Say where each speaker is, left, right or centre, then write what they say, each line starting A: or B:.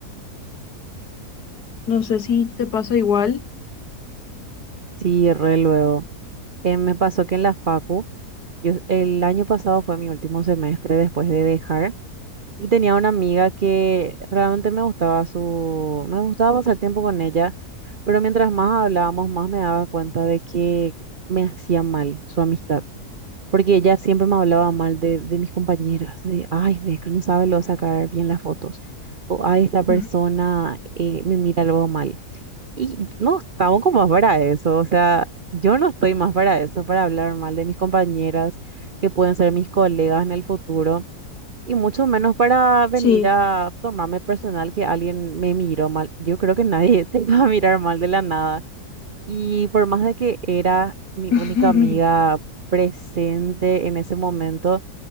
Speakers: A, on the left; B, on the right.
A: No sé si te pasa igual.
B: Sí, re luego. Eh, me pasó que en la facu, yo, el año pasado fue mi último semestre después de dejar y tenía una amiga que realmente me gustaba su, me gustaba pasar tiempo con ella, pero mientras más hablábamos, más me daba cuenta de que me hacía mal su amistad. Porque ella siempre me hablaba mal de, de mis compañeras, de, ay, ve que no sabe luego sacar bien las fotos, o, ay, esta persona
A: Ujú,
B: eh, me mira luego mal. Y no estamos como más para eso, o sea, yo no estoy más para eso, para hablar mal de mis compañeras, que pueden ser mis colegas en el futuro, y mucho menos para venir
A: Sí,
B: a tomarme personal que alguien me miró mal. Yo creo que nadie <laughs> te va a mirar mal de la nada. Y por más de que era mi
A: <laughs>
B: única amiga presente en ese momento,